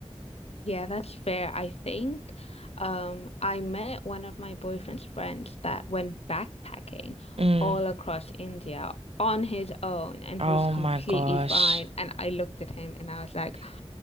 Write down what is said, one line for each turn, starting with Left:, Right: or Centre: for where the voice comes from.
Left: Yeah, that's fair, I think. Um, I met one of my boyfriend's friends that went backpacking
Right: Mm.
Left: all across India on his own, and
Right: Oh
Left: he was completely
Right: my gosh.
Left: fine. And I looked at him and I was like,